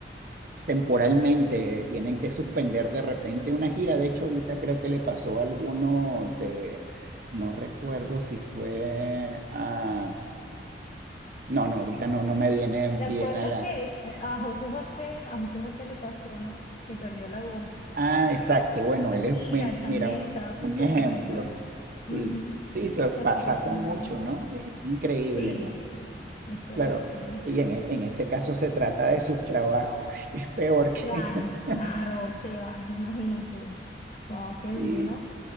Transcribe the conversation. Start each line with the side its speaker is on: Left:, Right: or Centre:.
Right: temporalmente tienen que suspender de repente una gira. De hecho, ahorita creo que le pasó a alguno de, no recuerdo si fue a, no, no, ahorita no, no me viene
Left: ¿Te
Right: bien
Left: acuerdas
Right: a la,
Left: que es- eh, a José José, a José José le pasó, ¿no? Que perdió la voz.
Right: ah, exacto, bueno,
Left: Shakira
Right: él es, bueno,
Left: también
Right: mira, un,
Left: estaba a
Right: un
Left: punto
Right: ejemplo,
Left: de perder la voz. Ujú.
Right: sí, sí, eso
Left: Shakira
Right: pa- pasa
Left: también.
Right: mucho, ¿no? Es increíble,
Left: Sí,
Right: ¿no?
Left: sí, es terrible.
Right: Claro. Y en, e- en este caso se trata de sus trabajos, <laughs> es peor que...
Left: Claro,
Right: <laughs>
Left: claro, o sea, imagínate. Wow, qué
Right: Sí,
Left: duro, ¿no?